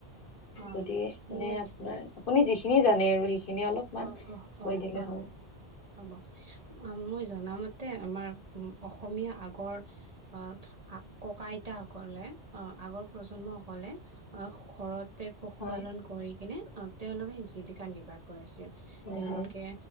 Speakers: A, on the right; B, on the left.
A: অ
B: যদি মানে
A: মই
B: আপোনাৰ আপুনি যিখিনি জানে আৰু সেইখি এনে অলপমান
A: অ
B: কৈ
A: অ অ
B: দিলে
A: অ
B: হ'ব।
A: হ'ব মই জনামতে আমাৰ অসমীয়া আগৰ, আহ আ ককা আইতাসকলে আগৰ প্ৰজন্মসকলে ঘৰ তে পশুপালন
B: হয়,
A: কৰি কিনে তেওঁলোকে জীৱিকা নিৰ্বাহ কৰাইছিল।
B: হয়,
A: তেওঁলোকে
B: হয়,